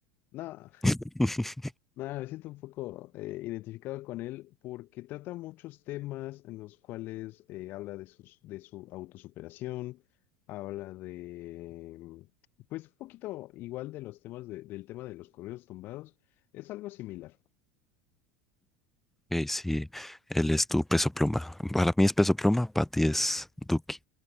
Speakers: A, on the left (about 55°); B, in the centre.
A: No.
B: <laughs>
A: Nada, me siento un poco eh, identificado con él porque trata muchos temas en los cuales eh, habla de, sus, de su autosuperación, habla de, mm, pues un poquito igual de los temas de- del tema de los correos tumbados, es algo similar.
B: Ok, sí, él es tu Peso Pluma. Para mí es Peso Pluma, para ti es Duki.